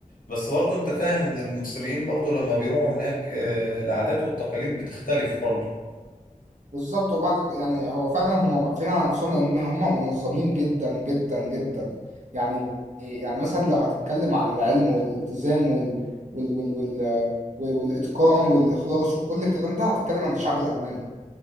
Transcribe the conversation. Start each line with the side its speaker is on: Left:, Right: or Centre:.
Left: بس برضه انت فاهم ان المصريين برضه لما بيروحوا هناك آه، العادات والتقاليد بتختلف برضه
Right: بالظبط وبعد كده- يعني هو فعلا هم واقفين على نفسهم لان هم منظمين جدا جدا جدا يعني يعني مثلا لو هتتكلم عن العلم والالتزام وال وال وال وال والاتقان والاخلاص وكل الكلام ده هتتكلم عن الشعب الالماني